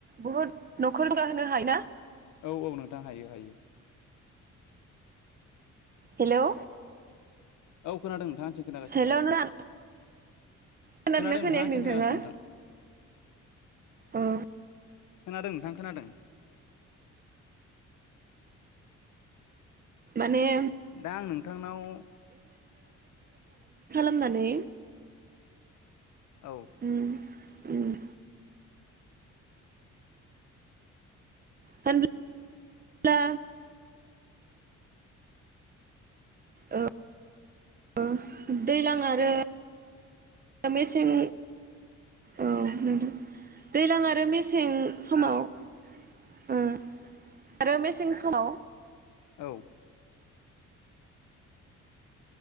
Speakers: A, on the right (about 30°); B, on the left (about 80°).
A: बुहुद न'खर जौगाहोनो हाय ना?
B: औ औ नोंथां हायो हायो।
A: हेलौ
B: औ खोनादों नोंथां आंनिथिं खोनागासिनो
A: हेलौ
B: दं।
A: नोंथां खोनादोंना
B: खोनादों
A: खोनायाखै
B: नोंथां आंनिथिं
A: नोंथाङा
B: खोनागासिनो नोंथां।
A: अ
B: खोनादों नोंथां खोनादों।
A: माने
B: दा आं नोंथांनाव
A: माने
B: औ
A: उम उम। होन ब्ला ओ ओ दैलां आरो ओ मेसेज औ नोंथां दैलां आरो मेसें समाव
B: <inaudible>
A: ओ आरो मेसें समाव
B: औ